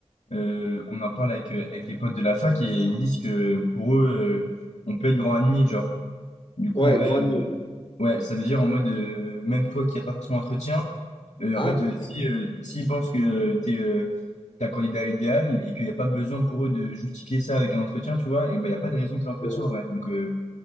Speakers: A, on the left (about 70°); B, on the left (about 45°).
A: euh, on en parle avec, euh, avec les potes de la fac et ils me disent que pour eux, euh, on peut être grand admis, genre. Du coup,
B: Ouais,
A: en vrai,
B: grand
A: euh,
B: niveau.
A: ouais, ça veut dire en mode, euh, même toi qui n'as pas forcément d'entretien, euh,
B: Ah,
A: en fait,
B: peut-être.
A: euh, si, euh, s'ils pensent que t'es, euh, ta candidat idéal et qu'il n'y a pas besoin pour eux de justifier ça avec un entretien, tu vois, et ben, il n'y a pas de raison de faire l'entretien,
B: euh,
A: en vrai. Donc, euh,